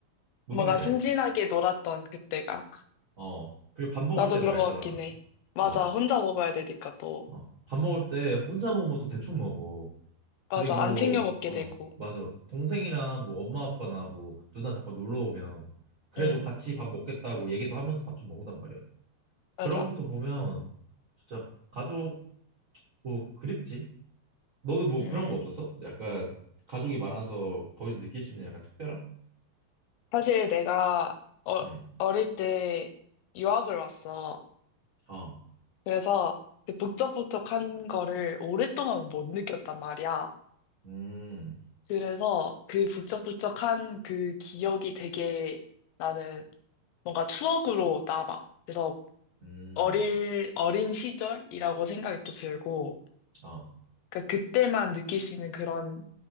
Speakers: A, on the right (about 80°); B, on the left (about 80°).
A: 뭔
B: 뭔가
A: 느낌인지
B: 순진하게
A: 알지?
B: 놀았던 그때가.
A: 어. 그리고 밥 먹을
B: 나도
A: 때도
B: 그런
A: 알잖아.
B: 것 같긴 해. 맞아,
A: 어.
B: 혼자 먹어야 되니까 또.
A: 어. 밥 먹을 때 혼자 먹으면 또 대충 먹어.
B: 맞아,
A: 그리고
B: 안 챙겨 먹게
A: 어
B: 되고.
A: 맞아 동생이랑 뭐 엄마 아빠나 뭐 누나 잠깐 놀러 오면 그래도
B: 응,
A: 같이 밥 먹겠다고 얘기도 하면서 밥 좀 먹는단 말이야
B: 맞아.
A: 그런 것도 보면 진짜 가족 뭐 그립지 너는 뭐
B: 음,
A: 그런 거 없었어? 약간 가족이 많아서 거기서 느낄 수 있는 약간 특별함?
B: 사실 내가 어,
A: 음,
B: 어릴 때 유학을 왔어.
A: 어,
B: 그래서 그 북적북적한 거를 오랫동안 못 느꼈단 말이야.
A: 음,
B: 그래서 그 북적북적한 그 기억이 되게 나는 뭔가 추억으로 남아. 그래서
A: 음,
B: 어릴, 어린 시절이라고 생각이 또 들고.
A: 어,
B: 그러니까 그때만 느낄 수 있는 그런